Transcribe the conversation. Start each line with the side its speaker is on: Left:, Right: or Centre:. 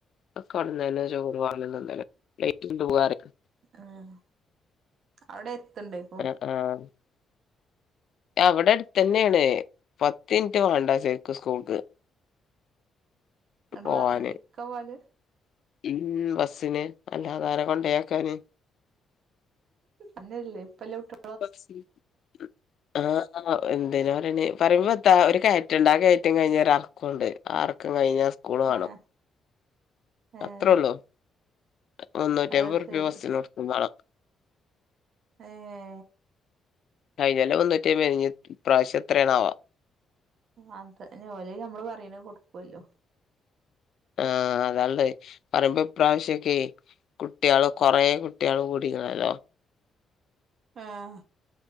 Left: ഒക്കെ അവിടന്നെ ചോറ് വാങ്ങി തിന്നല് പ്ലേറ്റ് കൊണ്ട് വ പറിം
Right: ആഹ് അവിടെ എർത്ത് ണ്ടേക്കും
Left: ആഹ ഇവടെ അടുതെന്നെണ് പത്ത് മിനിറ്റ് വേണ്ട ശെരിക്കും സ്കൂൾക്ക്
Right: ങ്ങട്ട്
Left: പോവാന്.
Right: വ വണ്ടിക്ക പോവൽ
Left: ഉം ബസ്സിന് അല്ലാതാരാ കൊണ്ടയാക്കാന്
Right: അങ്ങനെയല്ല ഇപ്പൊ എല്ലാം കുട്ടിയാളും
Left: <unintelligible> ആഹ് എന്തെന പറയേണ്ടേ പറയുമ്പോത്താ ഒരു കയറ്റണ്ട് ആ കയറ്റം കഴിഞ്ഞ ഒരു എറക്കുണ്ട്. ആ എറക്കം കഴിഞ്ഞാൽ സ്കൂള് കാണും
Right: ആഹ് ഏഹ്
Left: അത്രേ ഉള്ളൂ മുന്നൂറ്റി
Right: അത്
Left: അമ്പത്ത് റുപ്യ
Right: ശരി
Left: ബസ്സിന് കൊടുക്കും വേണം
Right: ഏ
Left: കഴിഞ്ഞ കൊല്ലം മുന്നൂറ്റമ്പത് യെനി ഇനി ഈ പ്രാവശ്യം എത്രയാണാവോ
Right: അത് ഓൽ അയ്ന് നമ്മള് പറയ്ണെ കൊടുക്കുവല്ലോ
Left: ആഹ അതാള്ളത് പറയ്മ്പോ ഈ പ്രാവശ്യൊക്കെ കുട്ടികള് കൊറ കുട്ടികള് കൂടിക്ക്ണല്ലോ
Right: ആഹ